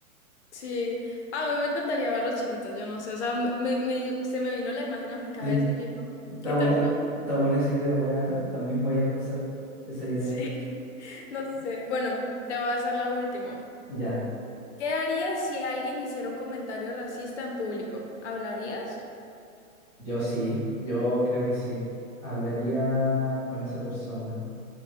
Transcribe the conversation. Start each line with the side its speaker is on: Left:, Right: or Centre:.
Left: Sí, a mí me encantaría verlos chiquitos, yo no sé, o sea, me, me- se me vino la imagen a mi
Centre: sí.
Left: cabeza y yo,
Centre: Está
Left: qué ternura.
Centre: buena, está buena esa idea, voy a, <laughs> también voy a pensar esa
Left: <laughs>
Centre: idea.
Left: Sí. No sé. Bueno, te voy a hacer la última.
Centre: Ya,
Left: ¿Qué harías si alguien hiciera un comentario racista en público? ¿Hablarías?
Centre: yo sí, yo creo que sí. Hablaría con esa persona.